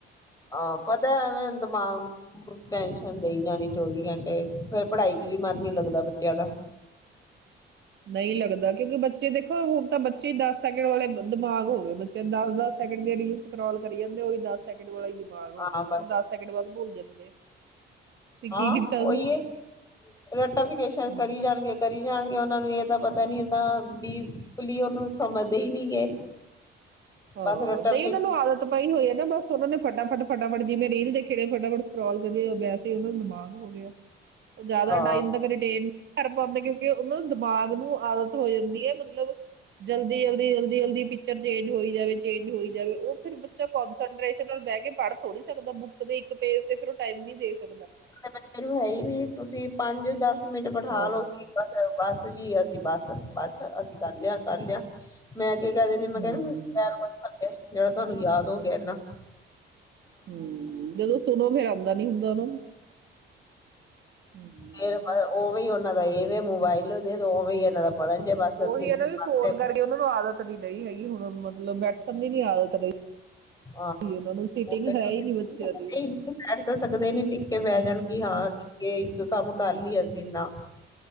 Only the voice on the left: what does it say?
ਹਾਂ, ਪਤਾ ਐਵੇਂ ਦਿਮਾਗ ਨੂੰ ਟੈਨਸ਼ਨ ਦੇਈ ਜਾਣੀ ਚੌਵੀ ਘੰਟੇ, ਫੇਰ ਪੜ੍ਹਾਈ ਚ ਵੀ ਮਨ ਨਹੀਂ ਲੱਗਦਾ ਬੱਚਿਆਂ ਦਾ।
ਹਾਂ
ਬਸ
ਹਾਂ
ਉਹੀ
ਹੈ ਰਟੀਫਿਕੇਸ਼ਨ
ਕਰੀ ਜਾਣਗੇ ਕਰੀ ਜਾਣਗੇ ਉਹਨਾ ਨੂੰ ਇਹ ਤਾਂ ਪਤਾ ਨੀ ਹੁੰਦਾ ਵੀ ਕਲੀਅਰਲੀ ਸਮਝਦੇ ਹੀ ਨਹੀ ਗੇ।
ਬਸ ਰਟੀਫਿਕੇਸ਼ਨ
ਹਾਂ
ਦੇ ਬੱਚੇ ਨੂੰ ਹੈ ਹੀ ਨਹੀਂ ਤੁਸੀਂ ਪੰਜ ਦਸ ਮਿੰਟ ਬਿਠਾ
ਲਉ ਸੀ ਬਸ-ਬਸ ਜੀ ਬਸ- ਬਸ ਅਸੀਂ ਕਰ ਲਿਆ, ਕਰ ਲਿਆ ਮੈਂ ਅੱਗੇ ਕਹਿ ਦਿੰਦੀ ਹਾਂ ਮੈ ਕਿਹਾ
ਤੁਸੀਂ <unintelligible> ਜਿਹੜਾ ਤੁਹਾਨੂੰ ਯਾਦ ਹੋ ਗਿਆ ਨਾ।
ਫਿਰ ਉਹ ਵੀ ਨਾ ਦਾ ਇਹ ਵੇ ਮੋਬਾਈਲ ਦੇ ਦੋ, ਉਵੇਂ ਹੀ ਇਹਨਾਂ ਦਾ ਪੜ੍ਹਨ ਜੇ ਬਸ ਅਸੀਂ
ਨੀ
ਪੜ੍ਹਦੇ
ਆਹ
ਬੈਠ
ਤਾਂ ਸਕਦੇ ਨੀ ਟਿੱਕ ਕੇ
ਬਹਿ ਜਾਣਗੇ ਕਿ ਹਾਂ ਕੇ ਇੱਕ ਕੰਮ ਕਰ ਲਈ ਅਸੀਂ, ਨਾ